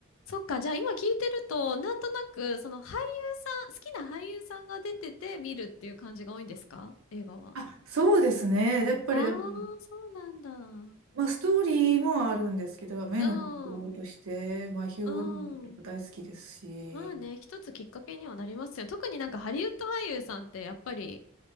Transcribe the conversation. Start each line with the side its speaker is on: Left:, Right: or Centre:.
Left: そっか、じゃあ今聞いてると、なんとなく、その俳優さん、好きな俳優さんが出てて見るっていう感じが多いんですか映画は。
Right: あ、そうですね。やっぱりだから、
Left: ああ、そうなんだ。う
Right: まあ、ストーリーもあるんですけど、目の不幸として、
Left: ん。
Right: まあ、ヒュー・
Left: うん。
Right: グリントとか大好きですし。
Left: まあね、一つきっかけにはなりますよ。特になんかハリウッド俳優さんってやっぱり、